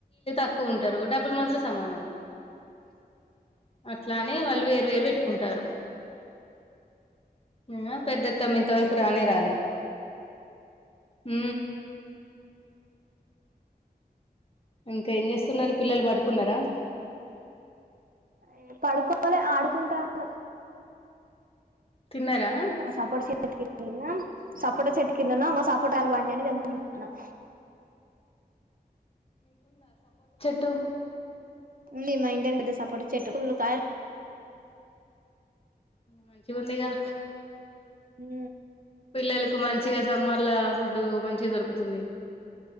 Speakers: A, on the left (about 35°); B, on the right (about 60°).
A: ఎక్కువ ఉంటారు డబ్బులు మాత్రం సమానం అట్లానే వాళ్ళు వేరు వేరు పెట్టుకుంటారు నిన్నా పెద్దఅత్తమ్మ ఇంతవరకు రానే రాలే ఉ ఇంకా ఏం చేస్తున్నారు పిల్లలు పడుకున్నారా
B: ఏ పడుకోలే ఆడుకుంటాళ్లు
A: తిన్నారా
B: ఆ సపోటా చెట్టు ఎక్కి ఇన సపోట చెట్టు కింద ఉన్నాం ఇంగో సపోటాలు పండిన అన్ని తెంపుకొని తింటానం
A: టు
B: ఉంది మా ఇంటి వెనుక పెద్ద సపోటా చెట్టు ఫుల్ కాయలు
A: మంచి ఉందిగా
B: నా
A: పిల్లలకు మంచిగా సమ్మర్ లా ఫుడ్ మంచిగా దొరుకుతుంది